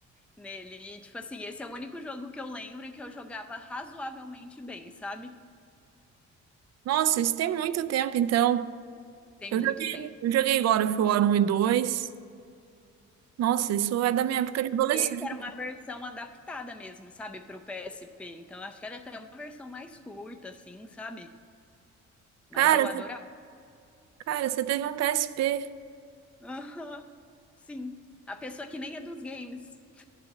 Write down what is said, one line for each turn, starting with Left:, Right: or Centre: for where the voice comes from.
Centre: nele. E, tipo assim, esse é o único jogo que eu lembro que eu jogava razoavelmente bem, sabe?
Right: Nossa, isso tem muito tempo, então.
Centre: Tem
Right: Eu
Centre: muito
Right: joguei,
Centre: tempo.
Right: eu joguei God of War 1 e 2. Nossa, isso é da minha época de adolescente.
Centre: E esse era uma versão adaptada mesmo, sabe, pro PSP. Então eu acho que era até uma versão mais curta, assim, sabe? Mas
Right: Cara,
Centre: eu
Right: você,
Centre: adorava.
Right: cara, você teve um PSP.
Centre: Aham, sim. A pessoa que nem é dos games.